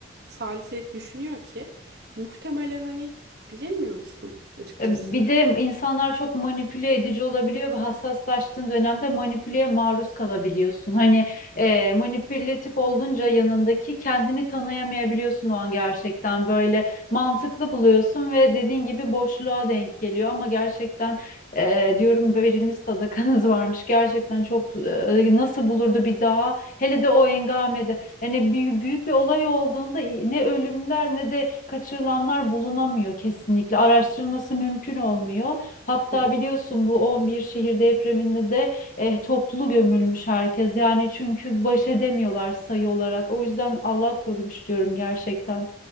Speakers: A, on the right; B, on the left.
A: saliselik düşünüyor ki muhtemelen hani bilemiyorsun açıkçası.
B: E, Bir de insanlar çok manipüle edici olabiliyor ve hassaslaştığın dönemde manipüleye maruz kalabiliyorsun. Hani e, manipülatif olunca yanındaki kendini tanıyamayabiliyorsun o an gerçekten böyle mantıklı buluyorsun ve dediğin gibi boşluğa denk geliyor ama gerçekten e, diyorum verilmiş sadakanız <laughs> varmış. Gerçekten çok e, nasıl bulurdu bir daha hele de o engamede. Hani büyük, büyük bir olay olduğunda i- ne ölümler ne de kaçırılanlar bulunamıyor kesinlikle. Araştırılması mümkün olmuyor. Hatta
A: Evet.
B: biliyorsun bu 11 şehir depreminde de eh, toplu gömülmüş herkes. Yani çünkü baş edemiyorlar sayı olarak. O yüzden Allah korumuş diyorum gerçekten.